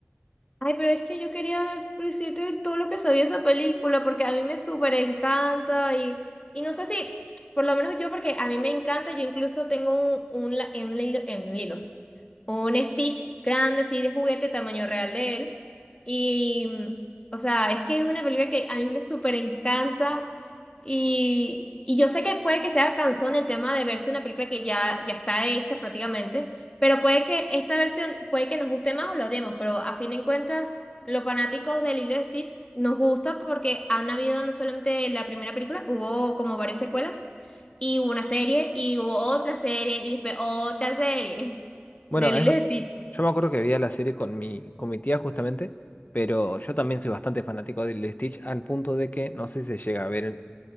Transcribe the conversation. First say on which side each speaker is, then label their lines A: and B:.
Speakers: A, on the left (about 25°); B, on the left (about 45°).
A: Ay, pero es que yo quería decirte todo lo que sabía esa película, porque a mí me súper encanta y, y no sé si, por lo menos yo, porque a mí me encanta, yo incluso tengo un, un, la- en Lilo, un Stitch grande, así de juguete, tamaño real de él. Y, mm, o sea, es que es una película que a mí me súper encanta. Y, y yo sé que puede que sea cansón el tema de verse una película que ya, ya está hecha prácticamente, pero puede que esta versión, puede que nos guste más o la odiemos, pero a fin de cuentas, los fanáticos del Lilo y Stitch nos gusta porque han habido no solamente la primera película, hubo como varias secuelas, y hubo una serie, y hubo otra serie, y después otra serie.
B: Bueno,
A: De Lilo
B: es, ver-
A: y Stitch.
B: yo me acuerdo que vi la serie con mi, con mi tía justamente, pero yo también soy bastante fanático de Lilo y Stitch, al punto de que no sé si se llega a ver